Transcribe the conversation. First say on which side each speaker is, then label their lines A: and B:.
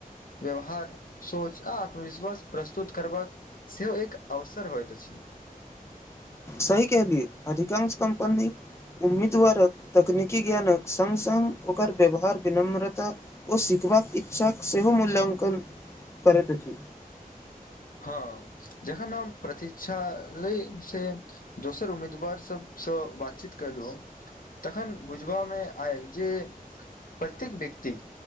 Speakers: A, on the left; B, on the left.
A: व्यवहार सोच आ आत्मविश्वास प्रस्तुत करबाक सेहो एक अवसर होइत अछि
B: सही कलियए अधिकांश कम्पनी। उम्मीदवारक तकनीकी ज्ञानक संग- संग ओकर व्यवहार विनम्रता ओ सिखबाक इच्छाक सेहो मूल्याकन करैत अछि
A: हँ जखन हम प्रतीक्षा लै से दोसर उम्मीदवार सभसँ बातचीत करलू तखन बुझबामे आयल जे प्रत्येक व्यक्ति